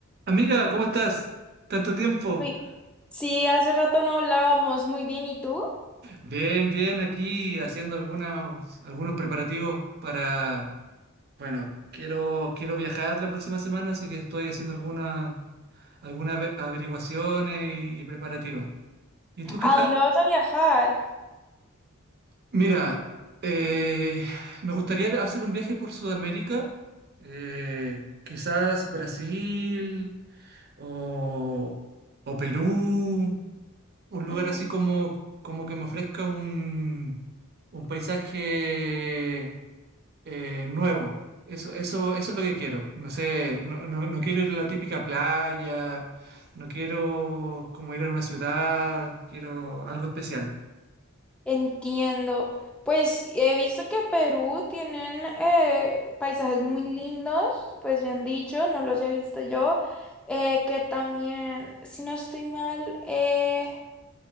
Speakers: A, on the right; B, in the centre.
A: Amiga, ¿cómo estás? Tanto tiempo.
B: Uy, sí, hace rato no hablábamos. Muy bien, ¿y tú?
A: Bien, bien, aquí haciendo algunos, algunos preparativos para, bueno, quiero, quiero viajar la próxima semana, así que estoy haciendo algunas algunas ave- averiguaciones y, y preparativos. ¿Y tú qué
B: ¿A
A: tal?
B: dónde vas a viajar?
A: Mira, eh, me gustaría hacer un viaje por Sudamérica, eh, quizás Brasil o, o Perú. un lugar
B: Ujú,
A: así como, como que me ofrezca un, un paisaje eh, nuevo. Eso, eso, eso es lo que quiero. No sé, no, no- no quiero ir a la típica playa, no quiero como ir a una ciudad, quiero algo especial.
B: Entiendo. Pues he visto que Perú tienen eh, paisajes muy lindos, pues bien dicho, no los he visto yo. Eh, que también, si no estoy mal, eh,